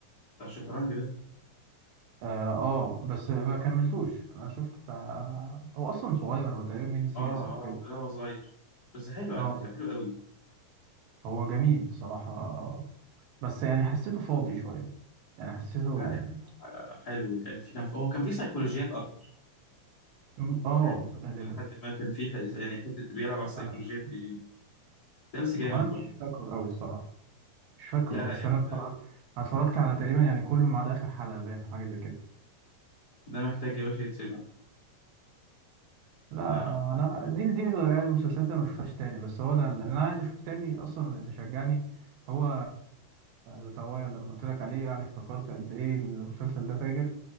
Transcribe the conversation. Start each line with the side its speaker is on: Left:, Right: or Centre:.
Left: بتاع الشطرنج ده
Right: اه آه، بس ما كملتوش انا شفت بتاع هو اصلا صغير هو تقريبا ميني سيريس
Left: اه
Right: او كده
Left: اه لا هو صغير بس حلو على
Right: اه
Left: فكرة حلو قوي
Right: هو جميل صراحة بس يعني حسيته فاضي شوية يعني حسيته
Left: لا
Right: يعني
Left: يا جدع آه، حلو كان في كان في هو كان في سيكولوجيات اكتر
Right: م- اه
Left: يعني ممكن
Right: غالبا
Left: لحد ما كان في ح- يعني حتة بيلعب على السيكولوجيات
Right: انا مش
Left: دي. ده بس جامد
Right: هو انا مش
Left: برضه
Right: فاكره قوي الصراحة مش فاكره
Left: لا لا
Right: بس
Left: يعني
Right: انا اتفرجت
Left: ده
Right: أنا اتفرجت على تقريبا يعني كله ما عدا اخر حلقه باين أو حاجه زي كده
Left: ده محتاج يا باشا يتسمع
Right: لا
Left: لا عندك
Right: انا دي دي يعني المسلسلات اللي ما اشوفهاش تاني بس هو انا اللي انا عايز اشوف تاني اصلا اللي شجعني هو الطوايا لما قلت لك عليه يعني افتكرت قد ايه المسلسل ده فاجر